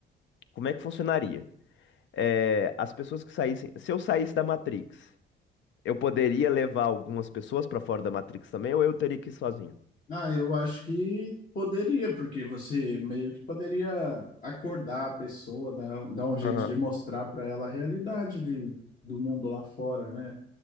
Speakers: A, on the left; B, on the left.
A: Como é que funcionaria? É, as pessoas que saíssem. Se eu saísse da Matrix, eu poderia levar algumas pessoas pra fora da Matrix também, ou eu teria que ir sozinho?
B: Ah, eu acho que poderia, porque você meio que poderia acordar a pessoa, dar, um, dar um jeito
A: Aham.
B: de mostrar para ela a realidade de, do mundo lá fora, né?